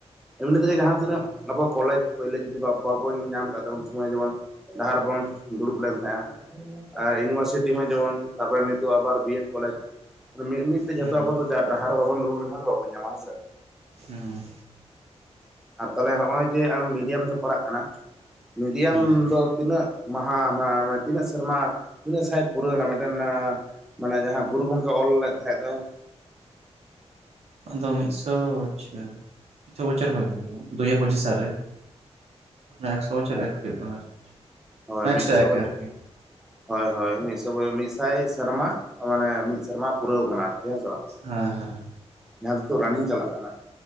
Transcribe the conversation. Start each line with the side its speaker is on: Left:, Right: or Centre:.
Centre: ᱮᱢᱱᱤ ᱛᱮᱜᱮ ᱡᱟᱦᱟᱸ ᱛᱤᱱᱟᱹᱜ ᱟᱵᱚ ᱠᱚᱞᱮᱡᱽ ᱯᱳᱭᱞᱳ ᱡᱩᱫᱤ ᱵᱟᱵᱚᱱ ᱧᱟᱢ ᱟᱠᱟᱫ ᱛᱟᱵᱚᱱ ᱩᱱ ᱥᱚᱢᱚᱭ ᱡᱮᱢᱚᱱ ᱰᱟᱦᱟᱨ ᱨᱮᱵᱚᱱ ᱫᱩᱲᱩᱵ ᱞᱮᱱ ᱛᱟᱦᱮᱸᱜ-ᱟ ᱟᱨ ᱤᱭᱩᱱᱤᱵᱷᱟᱨᱥᱤᱴᱤ ᱡᱮᱢᱚᱱ ᱛᱟᱨᱯᱚᱨᱮ ᱱᱤᱛᱚᱜ ᱟᱵᱟᱨ ᱵᱤ ᱮᱰ ᱠᱚᱞᱮᱡᱽ ᱢᱤᱫ ᱢᱤᱫ ᱛᱮ
Right: ᱦᱮᱸ
Centre: ᱡᱚᱛᱚ ᱟᱵᱚ ᱫᱚ ᱰᱟᱦᱟᱨ ᱵᱟᱵᱚᱱ ᱫᱩᱲᱩᱵ ᱞᱮᱱᱠᱷᱟᱱ ᱵᱟᱵᱚᱱ ᱧᱟᱢᱟ ᱦᱮᱸ ᱥᱮ᱾
Right: ᱦᱩᱸ
Centre: ᱟᱨ ᱛᱟᱦᱚᱞᱮ ᱱᱚᱜ-ᱚᱭ ᱡᱮ ᱟᱢ ᱢᱤᱰᱤᱭᱟᱢ ᱛᱮ ᱯᱟᱲᱦᱟᱜ ᱠᱟᱱᱟ ᱢᱤᱰᱤᱭᱟᱢ
Right: ᱦᱮᱸ ᱦᱮᱸ
Centre: ᱫᱚ ᱛᱤᱱᱟᱹᱜ ᱢᱟᱦᱟ <unintelligible> ᱛᱤᱱᱟᱹᱜ ᱥᱮᱨᱢᱟ ᱛᱤᱱᱟᱹᱜ ᱥᱟᱭ ᱯᱩᱨᱟᱹᱣᱱᱟ ᱢᱤᱫᱴᱮᱱ ᱢᱟᱱᱮ ᱡᱟᱦᱟᱸ ᱜᱩᱨᱩ ᱜᱚᱝᱠᱮ ᱚᱞ ᱞᱮᱫ ᱛᱟᱦᱮᱸᱫ ᱫᱚᱭ?
Right: ᱟᱫᱚ ᱢᱤᱫᱥᱚ ᱵᱚᱪᱷᱚᱨ ᱢᱤᱫ ᱥᱚ ᱵᱚᱪᱷᱚᱨ ᱦᱩᱭᱱᱟ ᱛᱚ ᱫᱩ ᱦᱟᱡᱟᱨ ᱯᱚᱸᱪᱤᱥ ᱥᱟᱞ ᱨᱮ᱾ ᱮᱠᱥᱚ ᱵᱚᱪᱷᱚᱨ
Centre: ᱦᱮᱸ
Right: ᱮᱠ ᱦᱩᱭᱩᱜ ᱠᱟᱱᱟ ᱟᱨᱠᱤ
Centre: ᱦᱳᱭ ᱢᱤᱫᱥᱚ
Right: ᱮᱠᱥᱚ ᱮᱠ
Centre: ᱵᱚᱪᱷᱚᱨ
Right: ᱟᱨᱠᱤ᱾
Centre: ᱦᱳᱭ ᱦᱳᱭ ᱢᱤᱫᱥᱚ ᱢᱤᱫᱥᱟᱭ ᱥᱮᱨᱢᱟ ᱢᱟᱱᱮ ᱢᱤᱫ ᱥᱮᱨᱢᱟ ᱯᱩᱨᱟᱹᱣ ᱠᱟᱱᱟ ᱟᱨᱠᱤ᱾ ᱦᱮᱸ ᱥᱮ ᱵᱟᱝ,
Right: ᱦᱮᱸ ᱦᱮᱸ
Centre: ᱡᱟᱸᱦᱟ ᱫᱚ ᱱᱤᱛᱚᱜ ᱨᱟᱱᱤᱝ ᱪᱟᱞᱟᱜ ᱠᱟᱱᱟ᱾